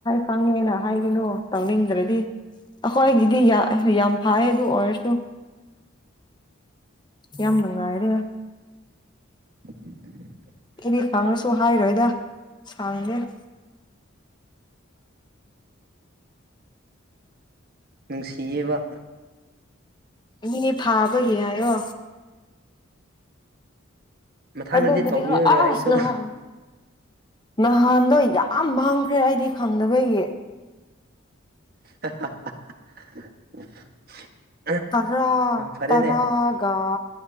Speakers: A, on the left (about 20°); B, on the right (about 50°).
A: ꯈꯪꯉꯦꯅ ꯍꯥꯏꯒꯅꯨ ꯇꯧꯅꯤꯡꯗ꯭ꯔꯗꯤ ꯑꯩꯈꯣꯏꯒꯤꯗꯤ ꯌꯥꯝ ꯐꯩ ꯑꯗꯨ ꯑꯣꯏꯔꯁꯨ ꯀ ꯃꯒꯥꯏꯔ
B: <inaudible> <inaudible>
A: ꯑꯩꯗꯤ ꯈꯪꯉꯁꯨ ꯍꯥꯏꯔꯣꯏꯗ ꯁꯥꯡꯗꯦ
B: ꯅꯨꯡꯁꯤꯌꯦꯕ
A: ꯃꯤꯅꯦ ꯐꯥꯕꯒꯤ ꯍꯥꯏꯌꯣ
B: ꯃꯊꯪꯗꯗꯤ
A: ꯑꯗꯨꯕꯨꯗꯤ
B: ꯇꯧꯕꯤꯔꯔꯣꯏ
A: ꯍꯣꯏ ꯑꯁ
B: ꯑꯩꯁꯨ
A: ꯅꯍꯥꯟ ꯅꯍꯥꯟꯗꯣ ꯌꯥꯝ ꯃꯥꯡꯈ꯭ꯔꯦ ꯑꯩꯗꯤ ꯈꯪꯗꯕꯒꯤ
B: <inaudible>
A: ꯇꯔꯥ
B: ꯐꯔꯦꯅꯦ
A: ꯇꯔꯥꯒ